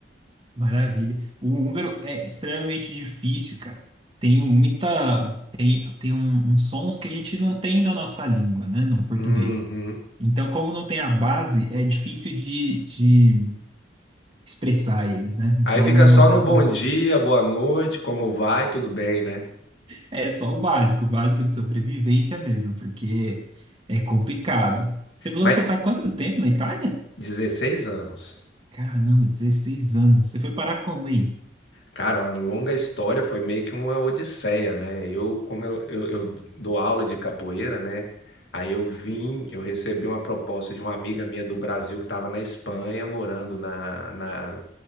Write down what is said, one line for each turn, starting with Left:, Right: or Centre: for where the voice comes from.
Right: Maravilha. O húngaro é extremamente difícil, cara. Tem muita, tem, tem um- uns sons que a gente não tem na nossa língua, né, no português.
Left: Uhum.
Right: Então, como não tem a base, é difícil de, de expressar eles, né? Então,
Left: Aí fica só
Right: acaba.
Left: no bom dia, boa noite, como vai, tudo bem, né?
Right: É só o básico, o básico de sobrevivência mesmo, porque é complicado. Você falou
Left: Mas
Right: que você está há quanto tempo na Itália?
Left: 16 anos.
Right: Caramba, 16 anos. Você foi parar como aí?
Left: Cara, uma longa história, foi meio que uma odisseia, né? Eu, como eu, eu, eu dou aula de capoeira, né? Aí eu vim, eu recebi uma proposta de uma amiga minha do Brasil que estava na Espanha, morando na, na-